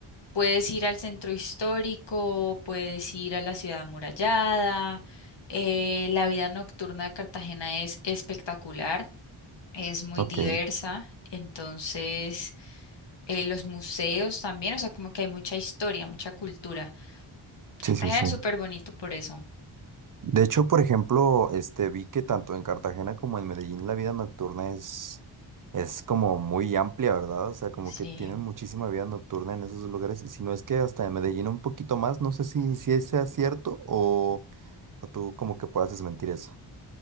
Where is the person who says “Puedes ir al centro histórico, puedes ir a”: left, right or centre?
Left